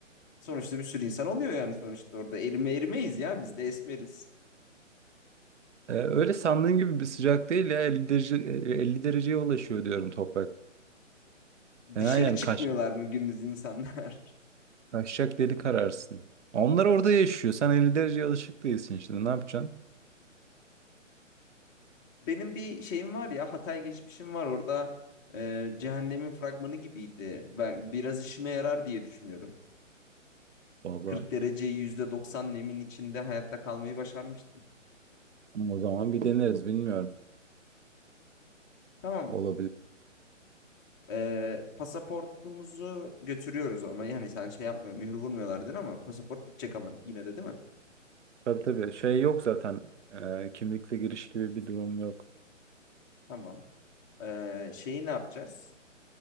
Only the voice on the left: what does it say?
Sonuçta bir sürü insan oluyor yani sonuçta orada erime erimeyiz ya biz de esmeriz.
Dışarı
çıkmıyorlar
mı gündüz insanlar?
<laughs> Benim bir şeyim var ya Hatay geçmişim var orada e, cehennemin fragmanı gibiydi. Ben biraz işime yarar diye düşünüyorum.
40 derece %90 nemin içinde hayatta kalmayı başarmıştım.
Tamam
Ee, pasaportumuzu götürüyoruz ama yani sen şey yapmıyor, mühür vurmuyorlar dedin ama pasaport gidecek ama yine de değil mi?
Tamam. Ee, şeyi ne yapacağız?